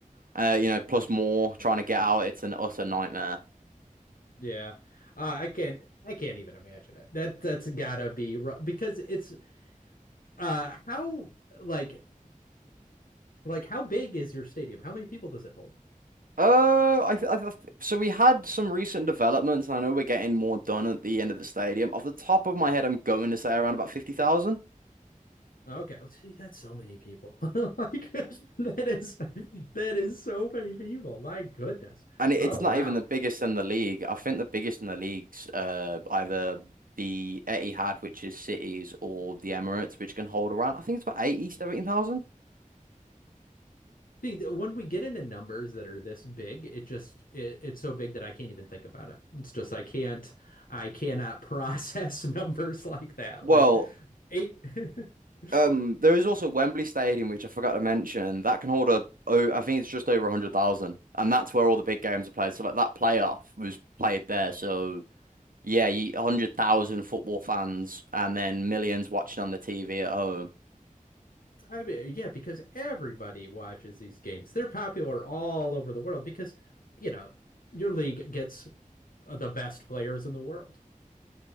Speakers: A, on the right; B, on the left.
A: uh you know plus more trying to get out it's an utter nightmare.
B: Yeah. Uh, I can't I can't even imagine it. That that's gotta be rough because it's uh how like like how big is your stadium? How many people does it hold?
A: Uh I th I th so we had some recent developments and I know we're getting more done at the end of the stadium. Off the top of my head I'm going to say around about 50,000.
B: Okay, oh, see, that's so many people. <laughs> Like that is that is so many people. My goodness.
A: And it-
B: Oh
A: it's not
B: wow.
A: even the biggest in the league. I think the biggest in the league's uh, either the Etihad, which is cities, or the Emirates, which can hold around, I think it's about 80, seventy thousand.
B: See, th- when we get into numbers that are this big, it just it, it's so big that I can't even think about it. It's just I can't I cannot process <laughs> numbers like that.
A: Well,
B: Like eight. <laughs>
A: um, there is also Wembley Stadium, which I forgot to mention, that can hold a, oh, I think it's just over 100,000. And that's where all the big games are played. So, like, that playoff was played there. So, yeah, you, 100,000 football fans and then millions watching on the TV at home.
B: I mean, yeah, because everybody watches these games. They're popular all over the world because you know your league gets the best players in the world